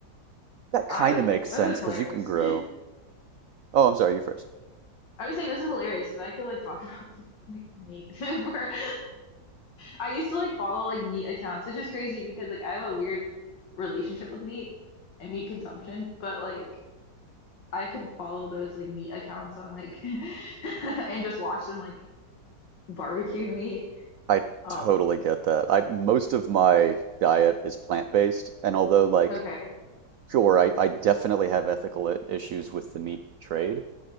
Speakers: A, on the right; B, on the left.
A: That kind
B: I
A: of makes
B: this
A: sense
B: is hilarious.
A: because you can grow. Oh, I'm sorry, you first.
B: I was just saying this is hilarious because I could like talk <laughs> about like meat <laughs> for <laughs> I used to like follow like meat accounts, which is crazy because like I have a weird relationship with meat and meat consumption, but like I could follow those like meat accounts on like <laughs> and just watch them like barbecue meat.
A: I
B: Um,
A: totally get that. I most of my diet is plant-based, and although like
B: Okay.
A: sure, I, I definitely have ethical i- issues with the meat trade,